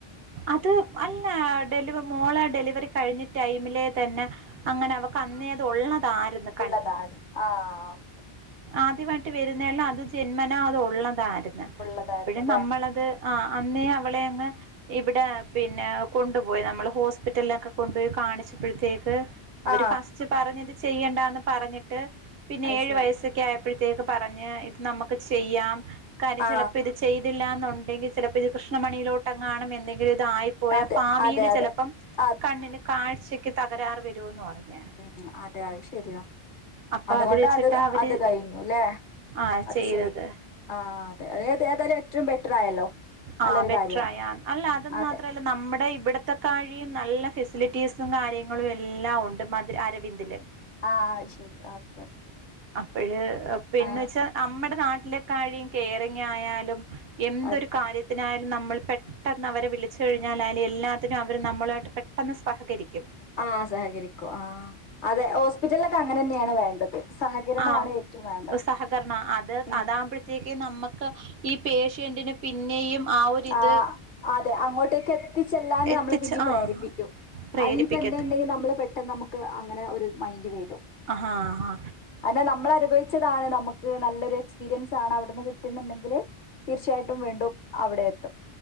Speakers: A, on the right; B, on the left.
A: അത് അല്ല ഡെലിവ മോളെ ഡെലിവറി കഴിഞ്ഞ ടൈമിലെ തന്നെ അങ്ങനെ അവക്ക് അന്നേ അത് ഉള്ളതാര്ന്ന്.
B: ഉള്ളതാ അത് ആഹ് ഓക്കെ
A: ആദ്യമായിട്ട് വരുന്നെയല്ലാ അത് ജന്മനാ അത് ഉള്ളതാര്ന്ന്.
B: ഉള്ളതായിരുന്നു
A: അപ്പഴും
B: അല്ലേ
A: നമ്മളത് ആഹ് അന്നേ അവളെയങ്ങ് ഇവടെ പിന്നെ കൊണ്ടുപോയി. നമ്മൾ ഹോസ്പിറ്റൽലൊക്കെ കൊണ്ടുപോയി കാണിച്ചപ്പഴ്ത്തേക്ക് അവര്
B: ആ
A: ഫസ്റ്റ് പറഞ്ഞത് ചെയ്യണ്ടാന്ന് പറഞ്ഞിട്ട് പിന്നെ
B: അത്
A: ഏഴ്
B: ശരി
A: വയസ് സൊക്കെ ആയപ്പഴ്ത്തേക്ക് പറഞ്ഞ് ഇത് നമുക്ക് ചെയ്യാം. കാര്യം
B: ആ
A: ചിലപ്പ ഇത് ചെയ്തില്ലാന്നുണ്ടെങ്കി ചിലപ്പ ഇത് കൃഷ്ണമണിയിലോട്ടെങ്ങാണും എന്തെങ്കിലും ഇത് ആയി പ്പോയാ
B: അതെ
A: ഭാവിയില്
B: അതെ അതെ
A: ചിലപ്പം
B: ആ
A: കണ്ണിന് കാഴ്ചക്ക് തകരാറ് വരൂന്ന് പറഞ്ഞ്.
B: ഉം അതെ. അഹ് ശരിയാ.
A: അപ്പൊ
B: അതുകൊണ്ടാ
A: വെച്ചിട്ടാ
B: അത്
A: അവര്
B: അത് കഴിഞ്ഞു ലെ
A: ആ
B: അത്
A: ചെയ്തത്
B: ചെയ്തു. ആഹ് അതെ. അതേ ഏത്യാലും ഏറ്റവും ബെറ്ററായല്ലോ
A: ആഹ്
B: നല്ലൊരു
A: ബെറ്ററായി
B: കാര്യം
A: ആഹ് അല്ല അത്
B: അതെ.
A: മാത്രല്ല നമ്മുടെ ഇവിടത്തെ കാഴിയും നല്ല ഫെസിലിറ്റീസും കാര്യങ്ങളും എല്ലാം ഉണ്ട്. മ അരവിന്ദില്
B: ആഹ് അഹ്ശെരി ഓക്കെ ഓക്കെ
A: അപ്പഴ് പിന്നെ
B: ആ
A: ച്ചാ നമ്മടെ നാട്ടിലെക്കാഴിഴും കേയറിങ്ങായാലും എന്തൊരു
B: അത്
A: കാര്യ ത്തിനായാലും നമ്മൾ പെട്ടെന്ന് അവരെ വിളിച്ചു കഴിഞ്ഞാലായാലും എല്ലാത്തിനും അവര് നമ്മളായിട്ട് പെട്ടെന്ന് സഹകരിക്കും.
B: ആഹ് സഹകരിക്കും ആഹ് അതെ ഹോസ്പിറ്റൽലൊക്കെ അങ്ങനെന്ന്യാണ് വേണ്ടത്. സഹകരണമാണ്
A: ആഹ്
B: ഏറ്റവും വേണ്ടത്
A: സഹകരണാ അത്
B: ഉം
A: അതാകുമ്പഴ് ത്തേക്ക് നമ്മക്ക് ഈ പേഷ്യന്റിന് പിന്നെയും ആ ഒരിത്
B: ആഹ് അതെ അങ്ങോട്ടേക്ക് എത്തിച്ചെല്ലാനും
A: എത്തിച്ച്
B: നമ്മള് പിന്നിം പ്രേരിപ്പിക്കും.
A: ആഹ് പ്രേരിപ്പിക്കത്തു
B: അയ്യിപ്പെന്ത് ണ്ടെങ്കി നമ്മള് പെട്ടെന്ന് നമ്മക്ക് അങ്ങനെ ഒരു മൈൻ്റ് വെരും.
A: ആഹാ ഹാ
B: അതെ നമ്മൾ അനുഭവിച്ചതാണ് നമുക്ക് നല്ലൊരു എക്സ്പീരിയൻസ് ആണ് അവിടുന്ന് കിട്ടുന്നുണ്ടെങ്കില് തീർച്ചയായിട്ടും വീണ്ടും അവിടെ എത്തും